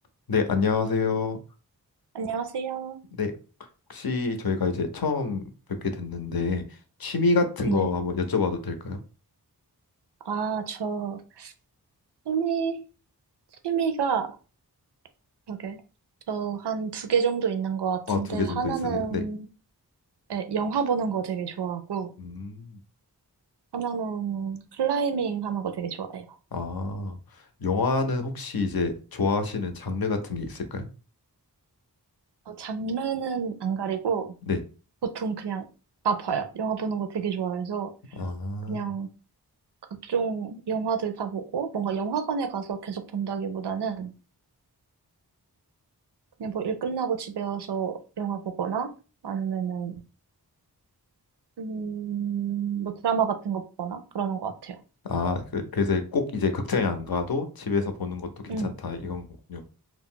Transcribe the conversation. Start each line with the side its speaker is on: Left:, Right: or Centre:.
Left: 네, 안녕하세요.
Right: 안녕하세요.
Left: 네, 혹시 저희가 이제 처음 뵙게 됐는데 취미 같은
Right: 네.
Left: 거 한번 여쭤봐도 될까요?
Right: 아, 저 취미, 취미가, 그러게. 저 한 두 개 정도 있는 것 같은데,
Left: 아, 두 개 정도
Right: 하나는
Left: 있으세요? 네.
Right: 예, 영화 보는 거 되게 좋아하고,
Left: 음.
Right: 하나는 클라이밍 하는 거 되게 좋아해요.
Left: 아, 영화는 혹시 이제 좋아하시는 장르 같은 게 있을까요?
Right: 어, 장르는 안 가리고,
Left: 네.
Right: 보통 그냥 다 봐요. 영화 보는 거 되게 좋아해서,
Left: 아.
Right: 그냥 각종 영화들 다 보고, 뭔가 영화관에 가서 계속 본다기보다는, 그냥 뭐 일 끝나고 집에 와서 영화 보거나, 아니면은 음, 뭐 드라마 같은 거 보거나 그러는 것 같아요.
Left: 아, 그- 그래서 꼭 이제 극장에 안 가도 집에서 보는 것도 괜찮다
Right: 응
Left: 이런 거군요.